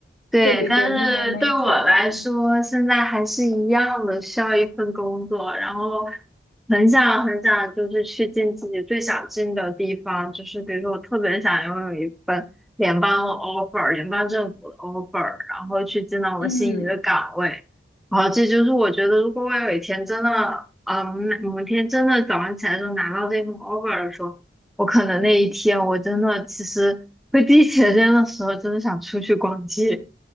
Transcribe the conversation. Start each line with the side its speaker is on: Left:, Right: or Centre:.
Centre: 对，
Left: 对对对，
Centre: 但是对我来说，
Left: 你已经是 native 了。
Centre: 现在还是一样的，需要一份工作，然后很想很想，就是去进自己最想进的地方，就是比如说，我特别想拥有一份联邦的 offer，联邦政府的 offer，然后去进到我心仪的岗位，
Left: 嗯，
Centre: 然后这就是我觉得，如果我有一天真的，嗯，某一天真的早上起来就拿到这份 offer 的时候，我可能那一天我真的其实会第一时间的时候，真的想出去逛街。